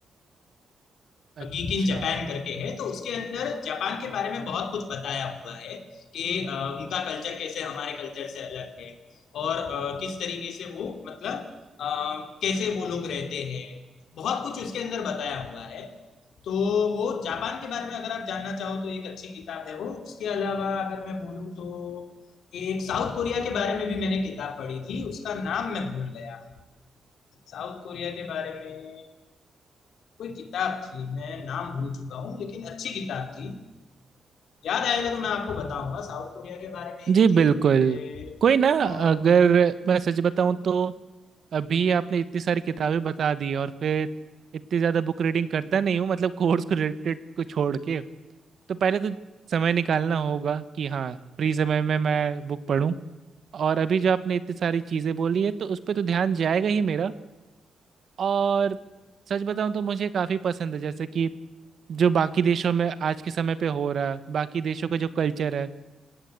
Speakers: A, on the right; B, on the left.
A: अच्छा
B: Geek in Japan करके है तो उसके अंदर जापान के बारे में बहुत कुछ बताया हुआ है कि अ, उनका कल्चर कैसे हमारे कल्चर से अलग है और अ, किस तरीके से वो मतलब अ, कैसे वो लोग रहते हैं बहुत कुछ उसके अंदर बताया हुआ है तो वो जापान के बारे में अगर आप जानना चाहो तो एक अच्छी किताब है वो उसके अलावा अगर मैं बोलूँ तो एक साउथ कोरिया के बारे में भी मैंने किताब पढ़ी थी उसका नाम मैं भूल गया साउथ कोरिया के बारे में कोई किताब थी मैं नाम भूल चुका हूँ लेकिन अच्छी किताब थी याद आएगा तो मैं आपको बताऊंगा साउथ कोरिया के बारे में एक
A: जी बिल्कुल
B: थी फिर
A: कोई ना
B: और
A: अगर मैं सच बताऊं तो अभी आपने इतनी सारी किताबें बता दी और फिर इतनी ज़्यादा बुक रीडिंग करता नहीं हूँ मतलब कोर्स को रिलेटेड को छोड़ के तो पहले तो समय निकालना होगा कि हाँ फ्री समय में मैं बुक पढूं और अभी जो आपने इतनी सारी चीज़ें बोली है तो उस पर तो ध्यान जाएगा ही मेरा और सच बताऊं तो मुझे काफ़ी पसंद है जैसे कि जो बाकी देशों में आज के समय पे हो रहा है बाकी देशों का जो कल्चर है